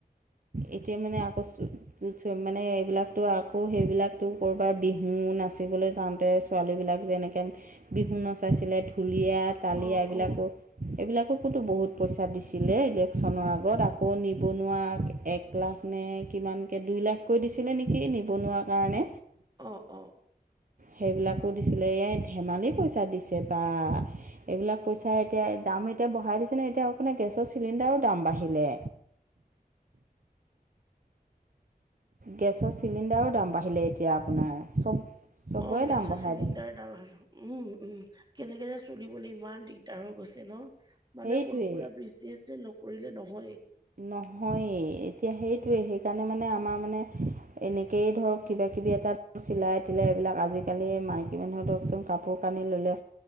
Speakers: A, on the right (about 55°); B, on the right (about 25°).
A: এতিয়া মানে আগষ্টত য মানে এইবিলাকতো আকৌ সেইবিলাকতো ক'ৰবাত বিহু নাচিবলৈ যাওঁতে ছোৱালীবিলাক যেনেকৈ বিহু নচাইছিলে ঢুলীয়া তালিয়া
B: অ',
A: এইবিলাকো।
B: অ',
A: এইবিলাককোতো
B: অ',
A: বহুত পইচা দিছিলে ইলেকশ্যনৰ আগত আকৌ নিবনুৱা। এক লাখ নে কিমানকে দুই লাখকৈ দিছিলে নেকি নিবনুৱা ৰ কাৰণে।
B: অ', অ'।
A: সেইবিলাকো দিছিলে। এই ধেমালি পইচা দিছে বা। এইবিলাক পইচা এতিয়া দাম এতিয়া বঢ়াই দিছে নহয়। এতিয়া আপোনাৰ গেছৰ চিলিণ্ডাৰো দাম বাঢ়িলে। গেছৰ চিলিণ্ডাৰো দাম বাঢ়িলে এতিয়া আপোনাৰ। চব চবৰে
B: অ গেছৰ
A: দাম বঢ়াই দিছে।
B: <unintelligible> উম, উম। কেনেকে যে চলিবলে ইমান দিগদাৰ হৈ গৈছে ন। মানে
A: সেইটোৱে
B: সৰু সুৰা বীজ বীজ নকৰিলে নহয়ে।
A: নহয়ে, এতিয়া সেইটোৱে সেইকাৰণে মানে আমাৰ মানে এনেকেই ধৰক কিবা-কিবি এটা ধৰ চিলা- তিলাই এইবিলাক আজি-কালি মাইকী মানুহৰ ধৰকচোন কাপোৰ কানি ল'লে